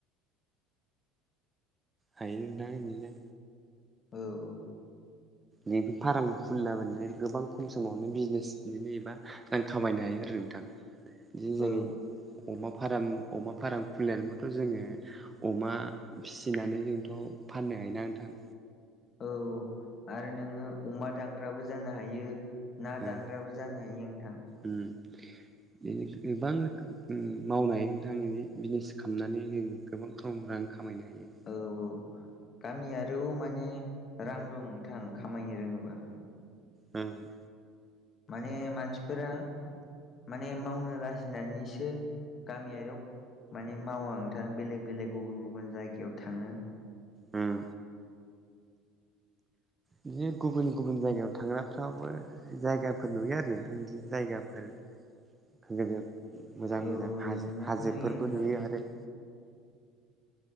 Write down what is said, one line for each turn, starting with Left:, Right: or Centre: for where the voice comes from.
Right: हायो नोंथां बिदिनो
Left: औ
Right: जि फार्म खुलिला बायदिनो गोबां खम समावनो बिजनेस बिदिनो एबा रां खामायनो हायो आरो नोंथां। बिदि
Left: औ
Right: जों अमा फारम अमा फार्म खुलिनानैबोथ' जोङो अमा फिसिनानै जोंथ' फाननो हायो ना नोंथां।
Left: औ आरो नोङो अमा दानग्राबो जानो हायो। ना दांग्रायाबो
Right: ओं
Left: जानो हायो नोंथां।
Right: उम बिनो गोबां रोखोम मावनाय नोंथां बि बिजनेस खालामनानै जों गोबां खम रां खामायनो हायो।
Left: औ औ गामियारियाव माने रां दं नोंथां खामायनो रोङोबा।
Right: उम
Left: माने मानसिफोरा माने मावनो लाजिनानैसो गामियाव माने मावा नोंथां बेलेग बेलेग गुबुन गुबुन जायगायाव थाङो।
Right: उम। बिदिनो गुबुन गुबुन जायगायाव थांग्राफ्राबो जायगाफोर नुयो आरो नोंथां जायगाफोर <unintelligible> मोजां
Left: औ
Right: मोजां
Left: औ
Right: हाजो
Left: नुनायाथ'
Right: हाजोफोरबो
Left: नोंथां
Right: नुयो आरो।